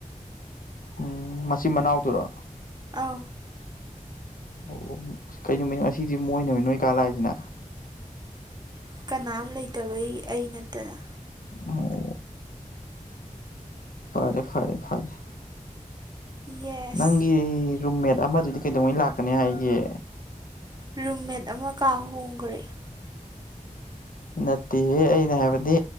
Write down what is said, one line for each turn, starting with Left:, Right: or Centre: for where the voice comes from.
Left: ꯎꯝ ꯃꯆꯤꯝ ꯃꯅꯥꯎꯗꯨꯔꯣ
Right: ꯑꯥꯎ
Left: ꯑꯣ ꯀꯩ ꯅꯨꯃꯤꯠꯅꯣ ꯉꯁꯤꯗꯤ ꯃꯣꯏꯅ ꯑꯣꯏꯅ ꯅꯣꯏ ꯀꯥ ꯂꯥꯛꯏꯁꯤꯅ
Right: ꯀꯅꯥꯝ ꯂꯩꯇꯕꯩ ꯑꯩ ꯅꯠꯇꯅ
Left: ꯑꯣ ꯐꯔꯦ ꯐꯔꯦ ꯐꯔꯦ
Right: ꯌꯦꯁ
Left: ꯅꯪꯒꯤ ꯔꯨꯝꯃꯦꯠ ꯑꯃꯗꯨꯗꯤ ꯀꯩꯗꯧꯉꯩ ꯂꯥꯛꯀꯅꯤ ꯍꯥꯏꯒꯦ
Right: ꯔꯨꯝꯃꯦꯠ ꯑꯃ ꯀꯥ ꯍꯣꯡꯈꯔꯦ
Left: ꯅꯠꯇꯦꯍꯦ ꯑꯩꯅ ꯍꯥꯏꯕꯗꯤ